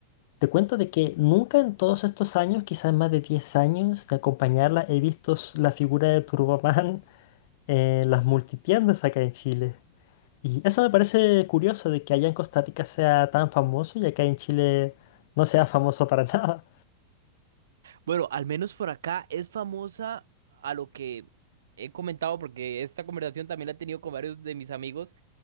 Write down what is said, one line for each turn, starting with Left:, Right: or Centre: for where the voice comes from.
Left: te cuento de que nunca en todos estos años, quizás más de 10 años de acompañarla, he visto s- la figura de Turboman en las multitiendas acá en Chile. Y eso me parece curioso de que allá en Costa Rica sea tan famoso y acá en Chile no sea famoso para <laughs> nada.
Right: Bueno, al menos por acá es famosa a lo que he comentado porque esta conversación también la he tenido con varios de mis amigos